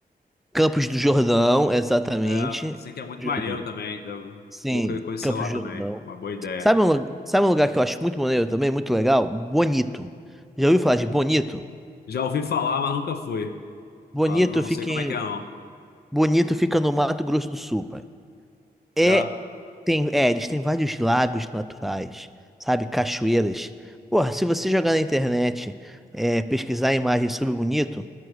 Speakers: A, in the centre; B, on the left (about 75°).
A: Campos do Jordão, exatamente.
B: É, dizem que é muito
A: Jordão.
B: maneiro também. Devo-
A: Sim,
B: vou querer conhecer
A: Campos
B: lá
A: do
B: também.
A: Jordão.
B: É Uma boa ideia.
A: Sabe um, lu- sabe um lugar que eu acho muito maneiro também, muito legal? Bonito. Já ouviu falar de Bonito?
B: Já ouvi falar, mas nunca fui.
A: Bonito
B: Mas não
A: fica
B: sei como
A: em,
B: é que é, não.
A: Bonito fica no Mato Grosso do Sul, pai. É,
B: É,
A: tem, é, eles têm vários lagos naturais, sabe? Cachoeiras. Porra, se você jogar na internet, é, pesquisar imagens sobre Bonito,